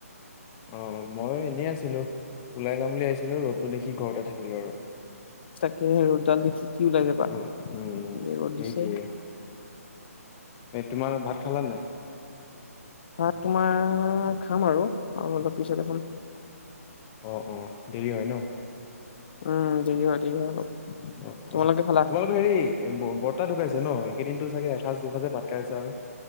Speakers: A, on the left; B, on the left.
A: অ মই এনেই আছিলো ওলাই যাম বুলি ভাৱিছিলো ৰ'দতো দেখি ঘৰতে থাকিলো আৰু।
B: তাকে ৰ'দডাল দেখি কি ওলাই যাবা
A: উ
B: এ
A: উম উম
B: ৰ'দ
A: সেইটোয়ে
B: দিছে।
A: এই তোমাৰ ভাত খালা নাই?
B: ভাত তোমাৰ খাম আৰু আৰু অলপ পিছতে খাম।
A: অ অ দেৰি হয় ন
B: উম দেৰি হয় দেৰি হয় অলপ
A: অ অ
B: তোমালোকে খালা
A: তোমালোকৰ হেৰি বৰ্তা ঢুকাইছে ন একেইদিনো চাগে এসাঁজ দুসাঁজে ভাত খাইছে আৰু